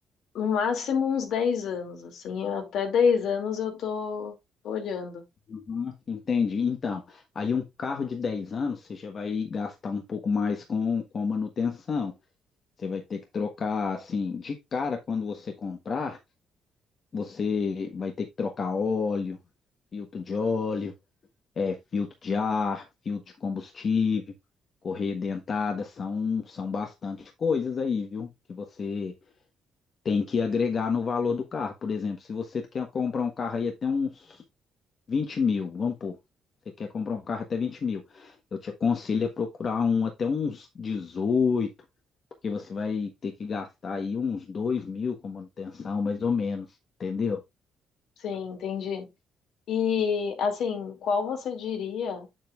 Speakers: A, on the left; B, on the left.
A: no máximo uns 10 anos, assim. Até 10 anos eu tô, tô olhando.
B: Uhum. Entendi. Então, aí um carro de 10 anos, você já vai gastar um pouco mais com, com a manutenção. Você vai ter que trocar, assim, de cara quando você comprar. Você vai ter que trocar óleo, filtro de óleo, é, filtro de ar, filtro de combustível, correia dentada, são, são bastante coisas aí, viu? Que você tem que agregar no valor do carro. Por exemplo, se você quer comprar um carro aí até uns 20 mil, vamos pôr. Você quer comprar um carro até 20 mil. Eu te aconselho a procurar um até uns 18 porque você vai ter que gastar aí uns 2 mil com manutenção, mais ou menos, entendeu?
A: Sim, entendi. E, assim, qual você diria